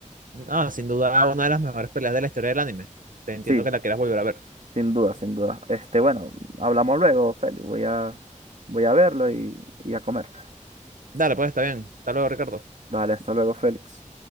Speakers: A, on the right (about 90°); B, on the right (about 60°).
A: no, sin duda una de las mejores peleas de la historia del anime. Te entiendo
B: Sí,
A: que la quieras volver a ver.
B: sin duda, sin duda. Este, bueno, hablamos luego, Félix. Voy a, voy a verlo y, y a comer.
A: Dale, pues está bien. Hasta luego, Ricardo.
B: Dale, hasta luego, Félix.